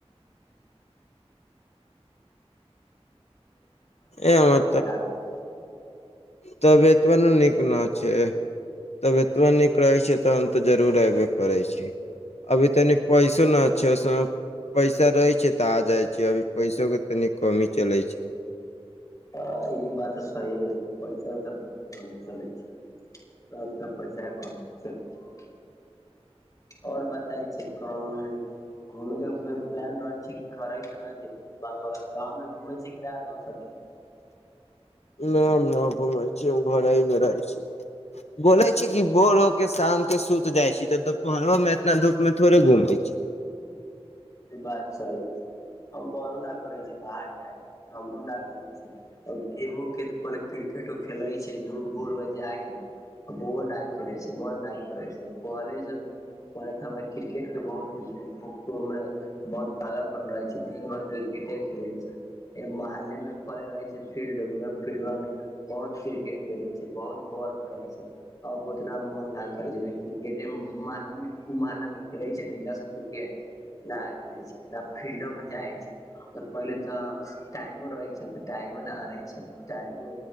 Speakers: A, on the left; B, on the left.
A: ए हमर
B: <unintelligible> <unintelligible>
A: तबियतब न नीक न छै तबियतवा नीक रहे छै त हम ते जरूर एबे करे छी अभी तनि पैसो न पछो से पैसा रहे छै तऽ आ जाय छै अभी पैसो के तनी कमी चले छै
B: आ ई बात सही है पैसा तऽ बहुत कम चलै छै तब त पैसा कम चलै छै आओर बताय छै कह घूमे के को प्लान रहै छै कि घर रहै छै बाबू आर गाँव घुमे छै कि नहि <unintelligible>
A: न हम न घुमै छी हम घर मे रहै छी
B: <inaudible>
A: बोले छी कि बोर हो के शाम के सुत जाय छी तऽ दुपहरो मे एतना धूप मे थोड़े घूम छी
B: बात सही छै हम पनो न करै छ बाहर जाय हमरो न करै छी आ गेमो के तऽ पहिले क्रिकेटो खेलैत छै दू भोर मे जा के <unintelligible> मन नहि करै छै पहिले परा क्रिकेट के बहुत <unintelligible> बहुत तागल पन रहे छै। दिन भर क्रिकेट खेले छै। मोहल्लामे पड़ल रहै छै, फील्ड-फील्डोमे। बहुत क्रिकेट खेलै छै, बहुत बॉल बुलाइ छै। आब ओतेक मोन नहि करै छै, क्रिकेटे मोहल्लामे खेलै छै लड़का सभ क्रिकेट ने छै ने, फील्डोमे जाइ छै। तऽ पहिले तऽ टाइमो रहै छै, तऽ टाइमो नहि रहै छै, टाइमो।